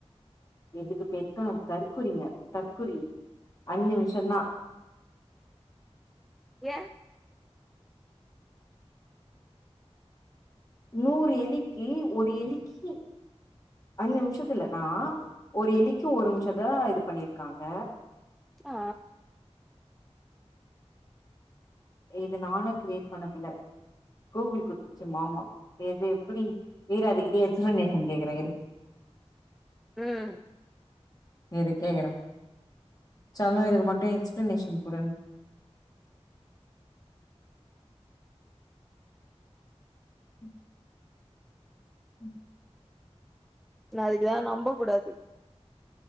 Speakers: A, on the left (about 35°); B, in the centre.
A: இதுக்கு பேர்தா தற்குறிங்க தற்குரி அஞ்சு நிம்ஷந்தான்
B: யேன்
A: நூறு எலிக்கி ஒரு எலிக்கி அஞ்சு நிம்ஷத்துல நா ஒரு எலிக்கி ஒரு நிம்ஷத்து தான் இது பண்ணிருக்காங்க
B: ஆ
A: இது நானா கிரியேட் பண்ணதுல்ல கூகுள் குடுத்துச்சு மாமா எது எப்டி இரு அதுகிட்டயே எக்ஸ்பிளனேஷன் கேக்குறே இரு
B: ம்
A: இரு கேக்குறே சொல்னும் இதுக்கு மட்டு எக்ஸ்பிளனேஷன் குடுன்னு ம் ம்
B: அதுக்குதா நம்ப கூடாது